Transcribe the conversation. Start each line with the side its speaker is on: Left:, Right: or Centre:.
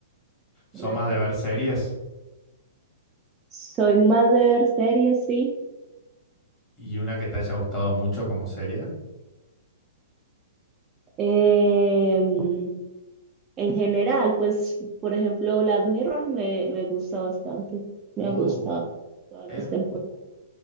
Left: ¿Son
Right: no las
Left: más
Right: veo
Left: de ver
Right: mucho.
Left: series?
Right: Soy más de ver series, sí.
Left: ¿Y una que te haya gustado mucho como serie?
Right: Em, en general, pues, por ejemplo, Black Mirror me, me gusta bastante. Me
Left: Oh,
Right: ha gustado todas
Left: eh,
Right: las temporadas.